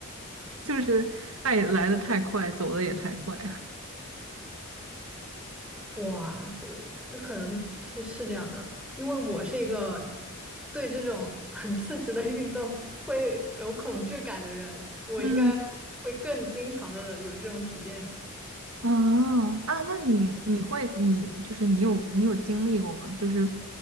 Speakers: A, on the right; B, in the centre.
A: 就是爱来的太快，走的也太快。
B: <laughs> 哇，呃，那可能是是这样的，因为我是一个对这种 <laughs> 很刺激的运动会有恐惧感的人，我应该会更经常的有这种体验。
A: 嗯，哦，啊，那你你会你就是你有你有经历过吗？就是